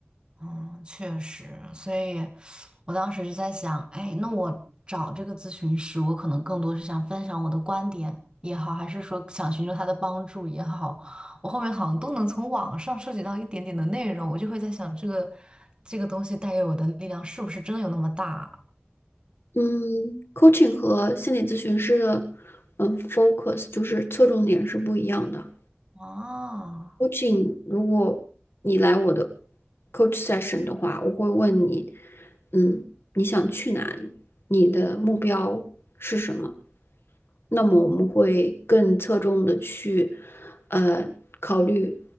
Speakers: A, on the right; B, on the left.
A: 嗯，确实，所以我当时就在想，哎，那我找这个咨询师，我可能更多是想分享我的观点也好，还是说想寻求他的帮助也好，我后面好像都能从网上涉及到一点点的内容，我就会在想，这个这个东西带给我的力量是不是真的有那么大
B: 嗯，coaching 和心理咨询师的嗯 focus 就是侧重点是不一样的。
A: 啊？啊。
B: coaching 如果你来我的 coach session 的话，我会问你，嗯，你想去哪里？你的目标是什么？那么我们会更侧重的去呃考虑